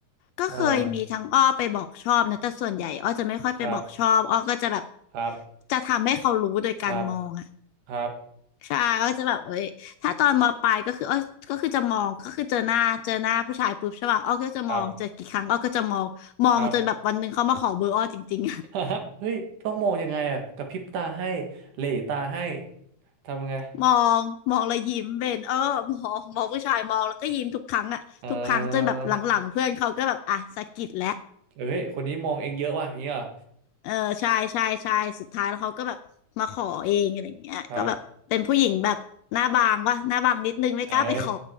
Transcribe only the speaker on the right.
เออครับครับ
ครับครับ
ครับ ครับ <laughs> เฮ้ยต้องมองยังไงอะกระพริบตาให้เหล่ตาให้ ทำยังไง
เออเอ้ยคนนี้มองเองเยอะว่ะอย่างเงี้ยเหรอ
ครับ เอ้ย